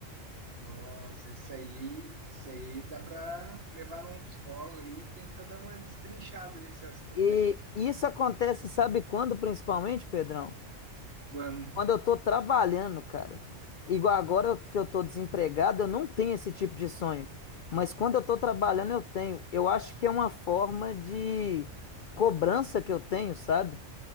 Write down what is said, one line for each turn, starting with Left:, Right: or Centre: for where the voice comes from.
Right: Nossa, isso aí, isso aí dá para levar num psicólogo ali e tentar dar uma destrinchada nesse assunto
Left: E
Right: aí.
Left: isso acontece, sabe quando principalmente, Pedrão?
Right: Quando?
Left: Quando eu tô trabalhando, cara, igual agora eu- que eu tô desempregado, eu não tenho esse tipo de sonho. Mas quando eu tô trabalhando, eu tenho. Eu acho que é uma forma de cobrança que eu tenho, sabe?